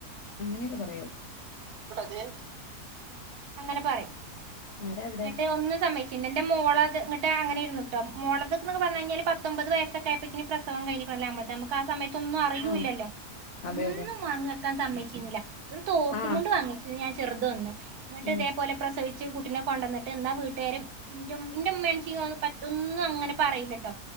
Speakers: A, on the left; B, on the right.
A: അങ്ങനെക്കെ പറയോ
B: ങേ അങ്ങനെ പറിം
A: ആരാ അവിടെ
B: എന്നിട്ട് ഒന്ന് സമ്മയ്ച്ചി പിന്നെന്റെ മോളത് ഇങ്ങട്ട് അങ്ങനെ ഇരുന്നുട്ടോ മോളകത് പർഞ്ഞഴ്ഞ്ഞാല് പത്തൊമ്പത് വയസ്സൊക്കെയപ്പക്കിന് പ്രസവം കഴിഞ്ഞിക്കിനി നമ്മള്‌ത് അമ്മക്ക് ആ സമയത്തൊന്നും അറിയൂല്ലല്ലോ
A: ആ അതെ
B: ഒന്നും
A: അതെ
B: വാങ്ങി വെക്കാൻ സമ്മയ് ക്കില്ല തോർത്തുമുണ്ട്
A: ആ
B: വാങ്ങിക്കും ഞാൻ ചെറുതൊന്ന് ഇങ്ങട്ട്
A: ഉം
B: ഇതേപോലെ പ്രസവി ച്ച് കുട്ടിനെ കൊണ്ടോന്നിട്ട് എന്നാ വീട്ടുകാര് ഇന്റെ ഉമ്മേനച്ചിക്ക് പറ്റും ഒന്നും അങ്ങനെ പറയില്ലട്ടോ